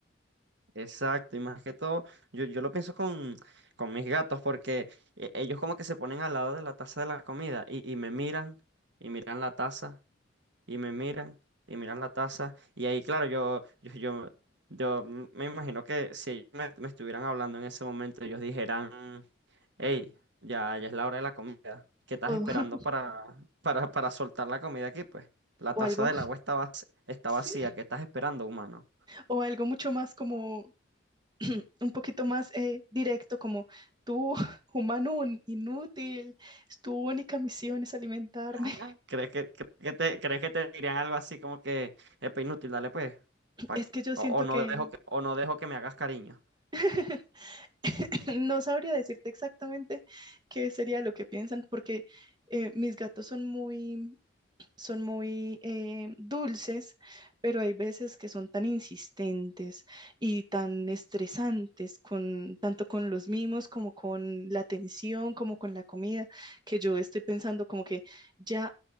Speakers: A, on the right; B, on the right.
A: Exacto, y más que todo, yo, yo lo pienso con, con mis gatos porque e- ellos como que se ponen al lado de la taza de la comida y, y me miran y miran la taza. y me miran y miran la taza y ahí claro yo yo yo, yo m- me imagino que si me, me estuvieran hablando en ese momento ellos dijeran hey ya ya es la hora de la comida ¿qué estás
B: O,
A: esperando
B: <laughs>
A: para para para soltar la comida aquí pues la
B: o
A: taza
B: algo,
A: del agua está vac- está
B: sí,
A: vacía ¿qué estás esperando humano
B: o algo mucho más como, <clears throat> un poquito más eh, directo, como tú, <laughs> humano un- inútil, tu única misión es alimentarme.
A: Ah. ¿crees que crees que te crees que te dirían algo así como que es inútil dale pues pa'
B: Es
A: que-
B: que yo
A: o,
B: siento
A: o no
B: que
A: dejo que o no dejo que me hagas cariño
B: <laughs> no sabría decirte exactamente qué sería lo que piensan, porque eh, mis gatos son muy, son muy eh, dulces, pero hay veces que son tan insistentes y tan estresantes, con, tanto con los mimos como con la atención, como con la comida, que yo estoy pensando como que ya